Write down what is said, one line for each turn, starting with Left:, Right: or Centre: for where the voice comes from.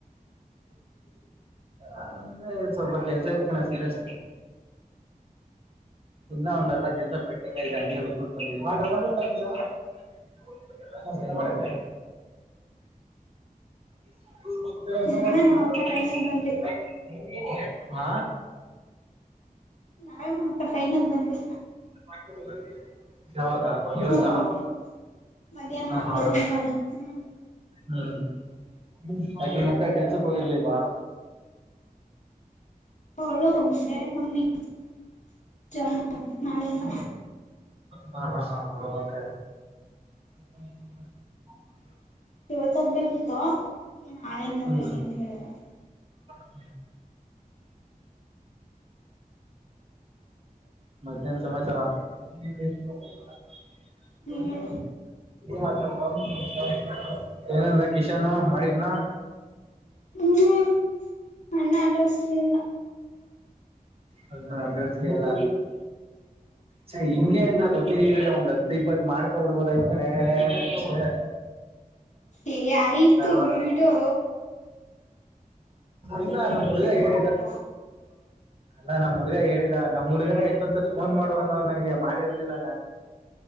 Right: ಅ ಸ್ವಲ್ಪ ಕೆಲ್ಸ ಇತ್ಕಣ ಸೀರಿಯಸ್ ಇನ್ನ ಒಂದರ್ದ ಕೆಲ್ಸ <unintelligible> ಅಂಗೆ ಬುಟ್ ಬಿಟ್ ಬಂದಿದಿವಿ <unintelligible> ಏನ್ಮಾಡಕ್ <unintelligible> <unintelligible>
Left: ನಾನು ನಮ್ಮಕ್ಕ ಟ್ರೈನಿಗೆ ಬಂದ್ವಿ
Right: ಹಾ
Left: ನಾನ್ ನಮ್ಮಪ್ಪ ಟ್ರೈನಿಗ್ ಬಂದ್ವಿ.
Right: <unintelligible> ಯಾವಾಗ ಇವತ್ತ
Left: ಮೂರ್
Right: <unintelligible>
Left: ಗಂಟೆ ಮಧ್ಯಾಹ್ನ
Right: ಹ ಹ <unintelligible>
Left: ಎರಡು ಮುಕ್ಕಾಲು ಹ್ಮ್
Right: ಹ್ಮ್ <unintelligible> ಯಾಕೆ ನಿಮ್ಮಕ್ಕ ಕೆಲ್ಸಕ್ ಹೋಗಿರ್ಲಲ್ವ.
Left: ಅವಳು ಬೇರೆ ಕಂಪನಿ <unintelligible> ಜಾಯಿನ್ ನಾಳೆಯಿಂದ
Right: ಹ ಹ ಹ ಹ ಓಕೆ. <unintelligible>
Left: ಇವತ್ತ ಹೋಗ್ಬೇಕಿತ್ತು ನಾಳೆಯಿಂದ
Right: ಹ್ಮ್
Left: ಬನ್ನಿ ಅಂತ ಹೇಳಿದ್ರಂತ
Right: <unintelligible> ಮತ್ತೇನ್ ಸಮಚರ <unintelligible>
Left: ಹೇಳ
Right: ಮಾಡಡ <inaudible> ಏನಂದ ಕಿಶನ್ ಮಾಡಿದ್ನ
Left: ಹ್ಮ ಅಣ್ಣ ಅಡ್ರೆಸ್ ಇದೆ ಇಲ್ಲ
Right: ಹ ಅಡ್ರೆಸ್ಗೆ ಇಲ್ಲ ಚೇ ಹಿಂಗೆ ಅಂತ ಗೊತ್ತಿದ್ರೆ ಒಂದ್ ಹತ್ತು ಇಪ್ಪತ್ತು ಮಾಡ್ಕೊಬಿಡ್ಬೋಬುದ ಆಗಿತ್ತು ಕಣೆ
Left: ಏ ಆಯಿತು
Right: ಅಲ್ವಾ
Left: ಬಿಡೋ.
Right: ಇಲ್ಲ ನಮ್ಮ್ ಹುಡುಗ ಹೇಳಿದ್ದ
Left: ಪಡ್ಬೇಡ
Right: ಅಲ್ಲಾ ನಮ್ ಹುಡ್ಗ ಹೇಳಿದ ನಮ್ ಹುಡ್ಗನೇ ಎಷ್ಟೊಸದ ಫೋನ್ ಮಾಡುವಂತ ಮಾಡು ಅಂದವನೇ ನನಗೆ ಮಾಡಿರ್ಲಿಲ್ಲ